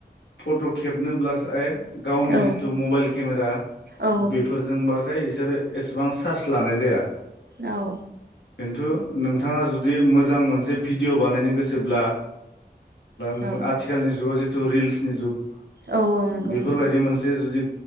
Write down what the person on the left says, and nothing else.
फट' खेबनोब्लाथाय गावनि
जितु मबाइल केमेरा
बेफोरजोंबथाय बिसोरो एसेबां चार्ज लानाय जाया।
खिन्थु नोंथाङा जुदि मोजां मोनसे भिडिअ' बानायनो गोसोब्ला। नों
आथिखालनि जुगाव जे ' रिल्सनि जुग-
बेफोरबायदि
मोनसे जुदि